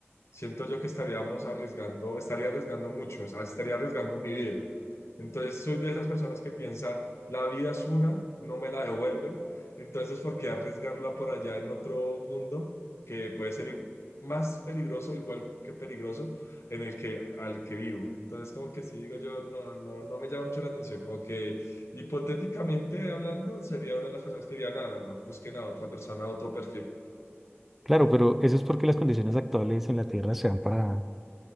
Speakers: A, on the left; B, in the centre.
A: Siento yo que estaríamos arriesgando, estaría arriesgando mucho, o sea, estaría arriesgando mi vida. Entonces soy de esas personas que piensa, la vida es una, no me la devuelven, entonces ¿por qué arriesgarla por allá en otro mundo que puede ser i- más peligroso, igual que peligroso, en el que al que vivo? Entonces como que sí digo yo, no, no, no me llama mucho la atención, como que hipotéticamente hablando sería una de las personas que diría, no, no, no, busquen a otra persona, a otro perfil.
B: Claro, pero eso es porque las condiciones actuales en la Tierra se dan para,